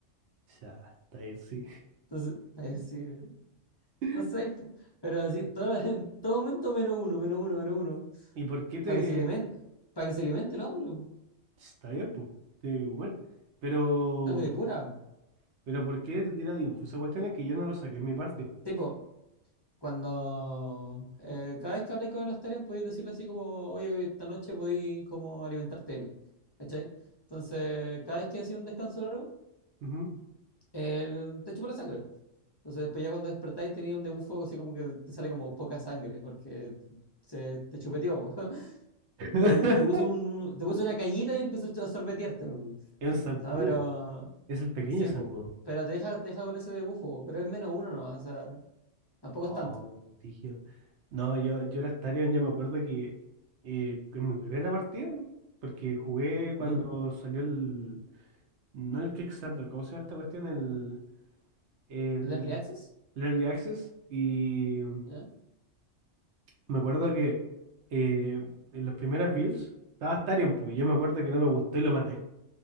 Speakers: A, on the right (about 65°); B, on the left (about 30°).
A: Ya, está bien, sí.
B: Entonces, <laughs> así,
A: <laughs>
B: no sé, po. pero así, todo- en todo momento menos uno, menos uno, menos uno.
A: ¿Y por qué te...?
B: Para que se alimente, para que se alimente el hombre, po.
A: Está bien, pues, tiene que comer. Pero,
B: sangre pura.
A: pero ¿por qué te tira dibujo? Esa cuestión es que yo no lo saqué en mi parte.
B: Tipo, Cuando eh, cada vez que habléis con el Astarion podéis decirle así como, oye, oye, esta noche podéis como alimentarte de mí. ¿Cachai? Entonces, cada vez que hacía un descanso largo,
A: Ujú.
B: él te chupa la sangre. Entonces, después ya cuando despertáis tenía un debufo así como que te sale como poca sangre, porque se, te chupeteó. <laughs>
A: <laughs>
B: Te, te puso un- te puso una cañita y empezó a sorbetearte. po.
A: Es un zancudo,
B: No, pero
A: es el pequeño
B: sí,
A: zancudo.
B: pues. Pero te deja, te deja con ese debufo, pero es menos uno nomás, o sea, tampoco
A: Oh,
B: es tanto.
A: dije No, yo, yo era Starion, yo me acuerdo que eh, en mi primera partida, porque jugué cuando
B: ¿Ya?
A: salió el. No el Kickstarter, ¿cómo se llama esta cuestión? El, el,
B: ¿El Early Access?
A: el Early Access. Y
B: ¿Ya?
A: me acuerdo que eh, en las primeras builds estaba Starion, pues yo me acuerdo que no me gustó y lo maté.